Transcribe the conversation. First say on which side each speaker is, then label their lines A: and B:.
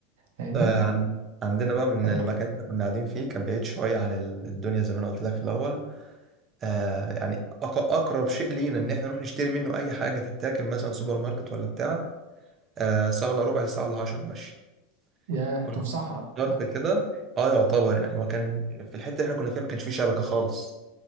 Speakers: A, on the right; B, on the right.
A: فاهمني
B: آه عن عندنا بقى من
A: انت
B: المكان اللي كنا قاعدين فيه كان بعيد شوية عن ال- الدنيا زي ما أنا قلت لك في الأول آه يعني أق- أقرب شيء لينا إن إحنا نروح نشتري منه أي حاجة تتاكل مثلا سوبر ماركت ولا بتاع آه ساعة إلا ربع ساعة إلا 10 ماشي
A: يا
B: كنا
A: في صحراء
B: ضرب كده اه يعتبر يعني هو كان في الحتة اللي احنا كنا فيها ما كانش فيه شبكة خالص